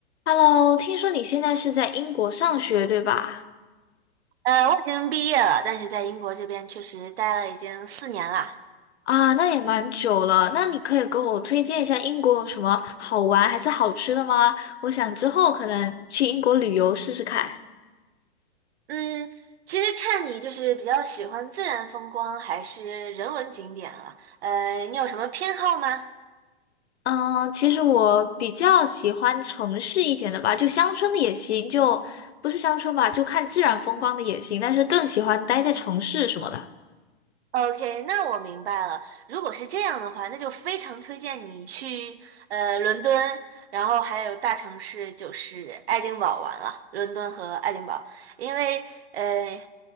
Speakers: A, on the left (about 80°); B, on the right (about 70°).
A: Hello，听说你现在是在英国上学，对吧？
B: 呃，我已经毕业了，但是在英国这边确实待了已经四年了。
A: 啊，那也蛮久了。那你可以给我推荐一下英国有什么好玩还是好吃的吗？我想之后可能去英国旅游试试看。
B: 嗯，其实看你就是比较喜欢自然风光还是人文景点了。呃，你有什么偏好吗
A: 嗯，其实我比较喜欢城市一点的吧，就乡村的也行，就不是乡村吧，就看自然风光的也行，但是更喜欢待在城市什么的。
B: ？OK，那我明白了。如果是这样的话，那就非常推荐你去呃伦敦，然后还有大城市就是爱丁堡玩了，伦敦和爱丁堡，因为呃。